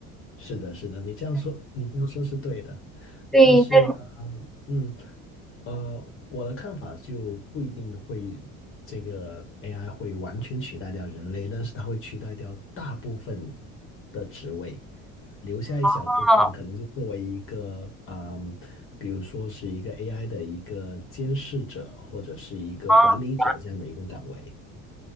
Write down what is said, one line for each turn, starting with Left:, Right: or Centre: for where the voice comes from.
Left: 是的，是的，你这样说，你这样说是对的，
Centre: 对，
Left: 但是，
Centre: 那
Left: 呃，嗯，呃，我的看法就不一定会这个 AI 会完全取代掉人类，但是它会取代掉大部分的职位，留下一小部分，
Centre: 哦
Left: 可能就作为一个，嗯，比如说是一个 AI 的一个监视者或者是一个管理者这样的一个岗位。
Centre: 哦